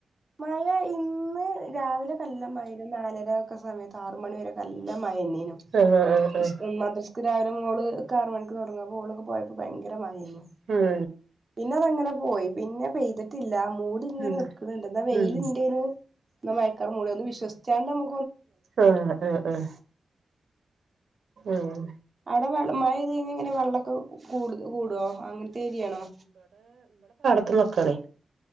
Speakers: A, on the right; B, on the right.
A: മഴ ഇന്ന് പ്പോ രാവിലെക്കെ നല്ല മഴയായ്ർന്നു നാലര ഒക്കെ സമയ ആറു മണി വരക്കൊ നല്ല മ മഴന്നേനു
B: ആഹ് ആഹ് ആഹ്
A: സ്കൂൾ മദ്ര ക്ക്‌രാവിലെ മോള് ക്കാറുമണിക്ക് തൊട്ങ്ങും ഓളൊക്കെ പോയപ്പോ ഭയങ്കര മഴെനി മ്
B: ഉം
A: ഇന്നതെങ്ങനെ പോയി പിന്നെ പെയ്തിട്ടില്ല മൂടിങ്ങനെ
B: ഉം
A: നിക്ക്ണ് ണ്ട് വെയ്ല്ണ്ടേന്നു
B: ഉം
A: ന്നാ മഴക്കാറ് മൂടി ഒന്ന് വിശ്വസിച്ചാണ്ടമ്മ
B: ആഹ് ആഹ് ആഹ് അഹ്
A: അവ്ടെ മഴ പെയ്തഴിഞ്ഞാൽ ഇങ്ങനെ വെള്ളൊക്കെ കൂട് കൂടോ അങ്ങൻത്തെ ഏരിയാണോ
B: ത്തിന്റെ വക്കാണെ